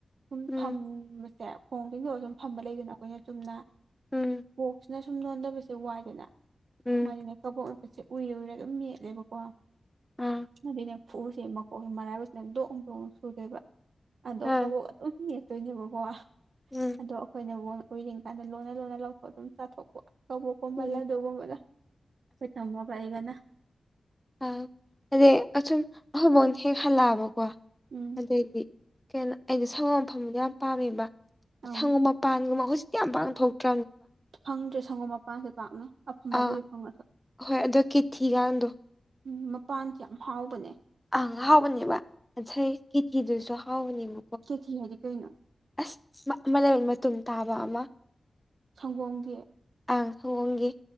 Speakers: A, on the right; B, in the centre.
A: ꯁꯨꯝ
B: ꯎꯝ
A: ꯐꯝꯕꯁꯦ ꯈꯣꯡꯇꯤꯡꯊꯣꯛꯂꯒꯥ ꯁꯨꯝ ꯐꯝꯕ ꯂꯩꯗꯅ ꯑꯩꯈꯣꯏꯅ ꯆꯨꯝꯅ
B: ꯎꯝ
A: ꯕꯣꯛꯁꯤꯅ ꯁꯨꯝ ꯅꯣꯟꯗꯕꯁꯦ ꯋꯥꯏꯗꯅ
B: ꯎꯝ
A: ꯃꯥꯅꯦ ꯀꯕꯣꯛ ꯠꯁ ꯎꯏꯅꯥ ꯎꯏꯅꯥ ꯑꯗꯨꯝ ꯃꯦꯠꯂꯦꯕꯀꯣ
B: ꯑꯥ
A: ꯑꯗꯨꯏꯅꯦ ꯈꯨꯔꯁꯦ ꯃꯀꯣꯛꯁꯦ ꯃꯔꯥꯏꯕꯥꯛꯁꯤꯅ ꯗꯣꯡ ꯗꯣꯡ ꯁꯨꯗꯣꯏꯕ ꯑꯗꯣ
B: ꯑꯥ
A: ꯀꯕꯣꯛ ꯑꯗꯨꯝ ꯆꯠꯇꯣꯏꯅꯦꯕꯀꯣ
B: ꯎꯝ
A: ꯑꯗꯣ ꯑꯩꯈꯣꯏꯅꯕꯨ ꯎꯔꯤꯉꯀꯥꯟꯗ ꯂꯣꯟꯅ ꯂꯨꯅ ꯂꯧꯊꯣꯛꯑ ꯑꯗꯨꯝ ꯆꯥꯊꯣꯛꯄ ꯀꯀꯣꯕꯂ
B: ꯎꯝ
A: ꯇꯒꯝꯕꯂꯣꯏ ꯇꯥꯃꯣꯒ ꯑꯩꯒꯅ
B: ꯑ ꯑꯗꯩ ꯑꯁꯨꯝ ꯑꯍꯕꯣꯟ ꯍꯦꯛ ꯍꯜꯂꯛꯑꯕꯀꯣ
A: ꯎꯝ
B: ꯑꯗꯩꯗꯤ ꯀꯩꯅꯣ ꯑꯩꯩꯅ ꯁꯪꯒꯣ ꯃꯐꯝꯗꯣ ꯌꯥꯝ ꯄꯥꯝꯃꯦꯕ
A: ꯑꯪ
B: ꯁꯪꯒꯨꯝ ꯃꯄꯥꯟꯒꯨꯝꯕ ꯍꯧꯖꯤꯛꯇꯤ ꯌꯥꯝ ꯄꯥꯡꯊꯣꯛꯇ꯭ꯔꯦ
A: ꯐꯪꯗ꯭ꯔꯦ ꯁꯪꯒꯣꯝ ꯃꯄꯥꯟꯁꯦ ꯄꯥꯛꯅ ꯑꯐꯕꯕꯨꯗꯤ
B: ꯑꯥ
A: ꯐꯪꯉꯁꯨ
B: ꯍꯣꯏ ꯑꯗꯣ ꯀꯤꯊꯤꯒꯥꯟꯗꯣ
A: ꯎꯝ ꯃꯄꯥꯟꯁꯦ ꯌꯥꯝ ꯍꯥꯎꯕꯅꯦ
B: ꯑ ꯍꯥꯎꯕꯅꯦꯕ ꯉꯁꯥꯏ ꯀꯤꯊꯤꯗꯨꯁꯨ ꯍꯥꯎꯕꯅꯦꯕ
A: ꯒꯤꯊꯤ ꯍꯥꯏꯗꯤ ꯀꯩꯅꯣ
B: ꯑꯁ ꯑꯃꯅ ꯃꯇꯨꯝ ꯇꯥꯕ ꯑꯃ
A: ꯁꯪꯒꯣꯝꯒꯤ
B: ꯑ ꯁꯒꯣꯝꯒꯤ